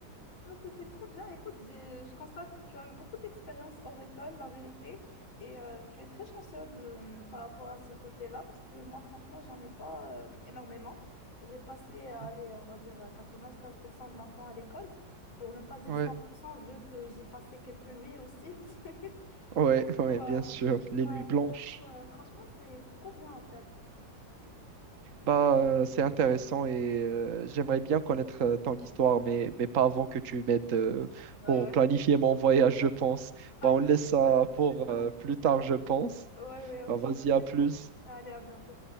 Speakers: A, on the left; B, on the right.
A: Oh, C'était trop bien. Écoute, j'ai- je constate que tu as eu beaucoup d'expérience hors école, la vérité, et euh, tu es très chanceux de, hum, par rapport à ce côté-là, parce que moi, franchement, j'en ai pas euh, énormément. J'ai passé, euh, allez,
B: <laughs>
A: on va dire euh, 95% de mon temps à l'école, pour ne pas dire
B: Ouais,
A: 100%, vu que j'y passais quelques nuits aussi. <laughs>
B: Ouais,
A: Du coup,
B: ouais,
A: euh,
B: bien sûr, les
A: ouais,
B: nuits blanches.
A: du coup euh, franchement, c'est, c'est trop bien, en fait.
B: Bah, euh, c'est intéressant et euh, j'aimerais bien connaître euh, ton histoire, mais, mais pas avant que tu m'aides euh,
A: Ouais,
B: pour
A: ouais.
B: planifier mon voyage, je pense.
A: Ok,
B: Bah, on laisse ça
A: vas-y,
B: pour
A: c'est ça.
B: euh, plus tard, je pense.
A: Ouais, ouais, ok.
B: Bah, vas-y, à plus.
A: Allez, à bientôt.